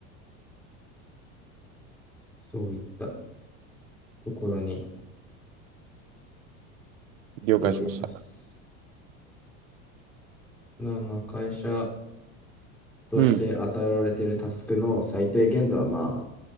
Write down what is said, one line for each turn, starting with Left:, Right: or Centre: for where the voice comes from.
Centre: そういったところに
Right: 了解しました。
Centre: 来ております。なあまあ会社として与えられているタスクの最低限度はまあ
Right: うん。